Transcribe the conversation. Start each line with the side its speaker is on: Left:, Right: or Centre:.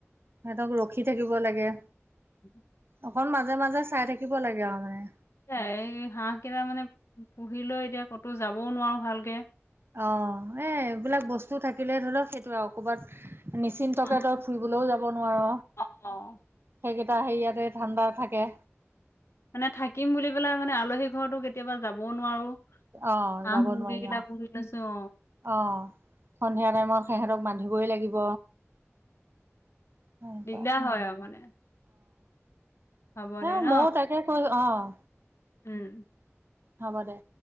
Right: সিহঁতক ৰখি থাকিব লাগে।
Left: <inaudible>
Right: অকণ মাজে, মাজে চাই থাকিব লাগে আৰু মানে।
Left: এই হাঁহ কেইটা মানে পুহি লৈ এতিয়া ক'তো যাবওঁ নোৱাৰো ভালকে।
Right: অ', এই এইবিলাক বস্তু থাকিলে ধৰি লওঁক সেইটো আৰু, ক'ৰবাত নিশ্চিন্তকে
Left: অ',
Right: তই ফুৰিবলৈও যাব নোৱাৰ
Left: অ'।
Right: সেইকেইটা হেৰিয়াতে ধাণ্ডা থাকে।
Left: মানে থাকিম বুলি পেলাই মানে আলহী ঘৰতো কেতিয়াবা যাবওঁ নোৱাৰো।
Right: অ
Left: হাঁহ
Right: যাব
Left: মুৰ্গী
Right: নোৱাৰি
Left: কেইটা
Right: আৰু
Left: পুহি লৈছো।
Right: অ', সন্ধিয়া টাইমত সিহঁতক বান্ধিবই লাগিব। সেনেকুৱা
Left: দিগদাৰ হয় আৰু মানে। হ'ব
Right: হেই
Left: দে ন
Right: মইয়ো তাকে কৈ, অ'।
Left: উম।
Right: হ'ব দে।